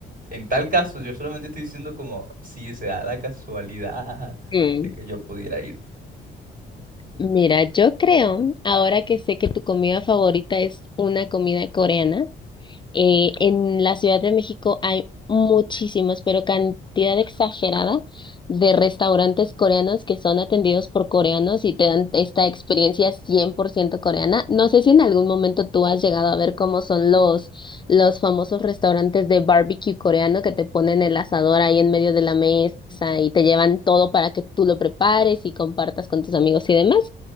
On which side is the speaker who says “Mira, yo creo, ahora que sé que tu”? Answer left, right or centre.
Left